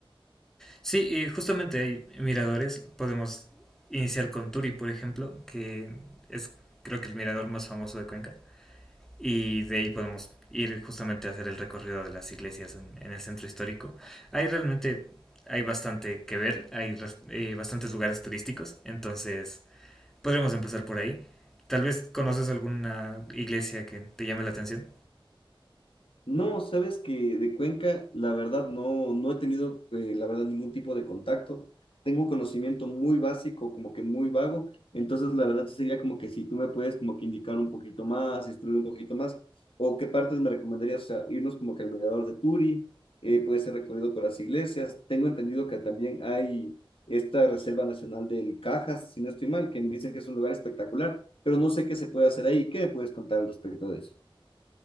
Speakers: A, in the centre; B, on the left.
A: Sí, y justamente hay miradores. Podemos iniciar con Turi, por ejemplo, que es creo que el mirador más famoso de Cuenca. Y de ahí podemos ir justamente a hacer el recorrido de las iglesias en, en el centro histórico. Hay realmente, hay bastante que ver, hay ras- eh, bastantes lugares turísticos, entonces podremos empezar por ahí. Tal vez conoces alguna iglesia que te llame la atención.
B: No, sabes que de Cuenca, la verdad, no, no he tenido, eh, la verdad, ningún tipo de contacto. Tengo un conocimiento muy básico, como que muy vago. Entonces, la verdad, sí sería como que si tú me puedes como que indicar un poquito más, instruir un poquito más, o qué partes me recomendarías, o sea, irnos como que al mirador de Turi, eh, puede ser recorrido por las iglesias. Tengo entendido que también hay esta Reserva Nacional del Cajas, si no estoy mal, que me dicen que es un lugar espectacular, pero no sé qué se puede hacer ahí. ¿Qué me puedes contar al respecto de eso?